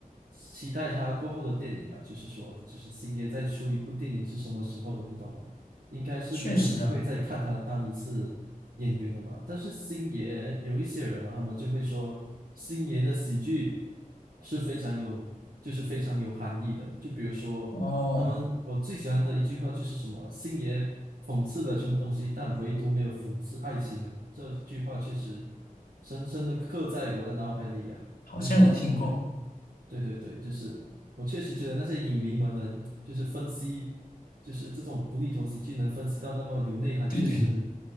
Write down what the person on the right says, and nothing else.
期待他过后的电影啊，就是说，就是星爷再出一部电影是什么时候都不懂了，应该是没有机会再看他当一次演员了嘛。
但是星爷有一些人啊，他们就会说，星爷的喜剧是非常有，就是非常有含义的。就比如说他们我最喜欢的一句话就是什么“星爷讽刺了全部东西，
但唯独没有讽刺爱情啊”。这句话确实深深的刻在我的脑海里啊。
就是我每对对对，就是我确实觉得那些影迷们能就是分析，就是这种无厘头喜剧能分析到那么有内涵，
确实